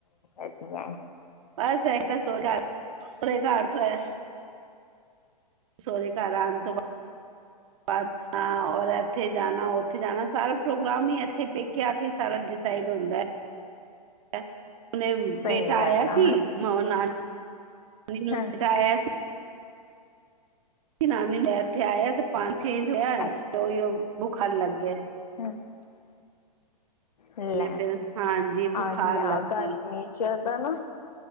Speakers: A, on the left; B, on the right.
A: ਅੱਛਾ।
B: ਬਸ ਐ ਤਾਂ ਸ ਘਰ ਸੁਰ ਘਰ ਤੋਂ ਐ। ਸੋਹੁਰੇ ਘਰ ਆਣ ਤੋਂ ਬਾਅਦ ਹਾਂ, ਔਰ ਇਥੇ ਜਾਣਾ ਉਥੇ ਜਾਣਾ ਸਾਰਾ ਪ੍ਰੋਗਰਾਮ ਹੀ ਇਥੇ ਪੇਕੇ ਆ ਕੇ ਸਾਰਾ ਡਿਸਾਈਡ ਹੁੰਦਾ। ਹੁਣੇ
A: ਸਹੀ
B: ਬੇਟਾ
A: ਗੱਲ
B: ਆਇਆ
A: ਆ
B: ਸੀ ਮੈਂ ਨਾਲ <unintelligible>
A: ਹਾਂ
B: ਆਇਆ ਸੀ। ਜ ਨਾਨੀ ਲੈ ਇੱਥੇ ਆਇਆ ਤੇ ਪਾਣੀ ਚੇਂਜ ਹੋਇਆ
A: ਅੱਛਾ
B: ਤਾਂ ਉਹੀਉ। ਬੁਖਾਰ ਲੱਗ ਗਿਆ।
A: <inaudible> ਲੈ।
B: ਨੇ ਫਿਰ ਹਾਂਜੀ
A: ਆਹੀ
B: ਬੁਖਾਰ ਲੱਗ
A: ਆ ਗਰਮੀ
B: ਗਿਆ
A: ਚ ਦਾ ਨਾ